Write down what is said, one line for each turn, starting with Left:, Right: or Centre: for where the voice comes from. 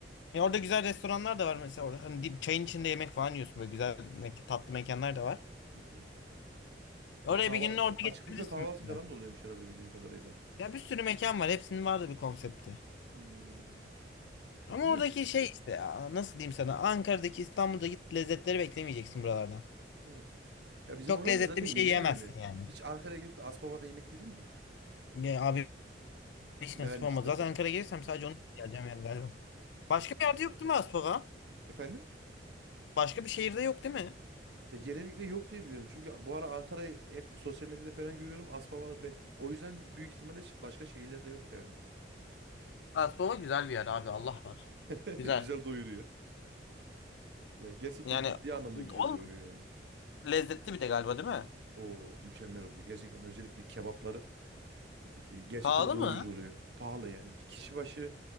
Left: e, orada güzel restoranlar da var mesela orada. Hani dim- çayın içinde yemek falan yiyorsun böyle güzel mek- tatlı mekanlar da var.
Right: Hı hı.
Left: Oraya
Right: Ya kahva
Left: bir gününü orada
Right: açık
Left: geçirebilirsin
Right: büfe kahvaltı
Left: mesela.
Right: falan da oluyormuş herhalde bildiğim kadarıyla.
Left: Ya bir sürü mekan var. Hepsinin vardı bir konsepti.
Right: Hmm,
Left: Ama
Right: Bilmiyorum
Left: oradaki
Right: ki-
Left: şey işte ya, nasıl diyeyim sana Ankara'daki İstanbul'daki lezzetleri beklemeyeceksin buralardan.
Right: Evet. Ya bizim
Left: Çok
Right: oranın
Left: lezzetli
Right: da zaten
Left: bir
Right: yemeği
Left: şey yiyemezsin
Right: öyle.
Left: yani.
Right: Hiç Ankara'ya gelip de Aspava'da yemek yedin mi?
Left: Ya abi hiç
Right: <laughs> Yani
Left: nasip olmadı.
Right: işte.
Left: Zaten Ankara'ya gelirsem sadece onu yiyeceğim yani galiba. Başka bir yerde yok değil mi Aspava?
Right: <laughs> Efendim?
Left: Başka bir şehirde yok değil mi?
Right: Ya genellikle yok diye biliyorum. Çünkü bu ara Ankara'yı hep sosyal medyada falan görüyorum. Aspavalar be- o yüzden büyük ihtimalle şi- başka şehirlerde yok yani.
Left: Aspava güzel bir yer abi Allah var.
Right: <laughs>
Left: Güzel.
Right: Güzel doyuruyor. Ya gerçekten
Left: Yani
Right: ciddi anlamda
Left: oğlum
Right: güzel doyuruyor yani.
Left: lezzetli bir de galiba değil mi?
Right: O mükemmel oluyor. Gerçekten özellikle kebapları e, e, gerçekten
Left: Pahalı
Right: doyurucu
Left: mı?
Right: oluyor. Pahalı yani. Kişi başı